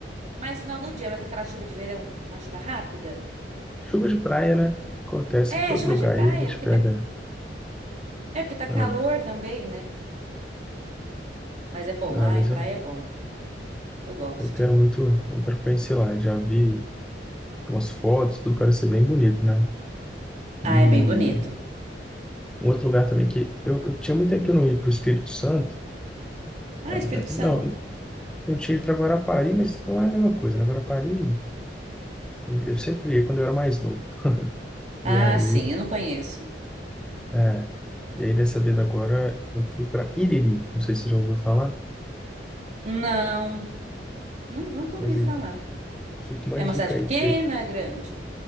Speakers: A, on the right (about 40°); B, in the centre.
A: mais final do dia, mas aquela chuva de verão, uma chuva rápida.
B: Chuva de praia, né? Acontece
A: É,
B: em todo
A: chuva
B: lugar.
A: de praia,
B: Aí a gente
A: porque
B: pega.
A: tá, é porque tá
B: Ah,
A: calor também, né? Mas é bom.
B: ah,
A: Ai,
B: mas
A: praia
B: eu,
A: é bom. Eu gosto.
B: eu quero muito, eu quero conhecer lá. Já vi umas fotos, tudo parece ser bem bonito, né?
A: Ah,
B: E
A: é bem bonito.
B: um outro lugar também que eu, eu tinha muito tempo que eu não ia para o Espírito Santo.
A: Ah, Espírito
B: né? Não,
A: Santo.
B: eu tinha ido para Guarapari, mas não é a mesma coisa. Na Guarapari, eu eu sempre ia quando eu era mais novo.
A: Ah,
B: E aí,
A: sim, eu não conheço.
B: é, e aí dessa vez agora, eu fui para Iriri. Não sei se você já ouviu falar,
A: Não, nu- nunca
B: mas
A: ouvi falar.
B: aí fica uma
A: É
B: dica
A: uma cidade
B: aí.
A: pequena,
B: porque
A: grande?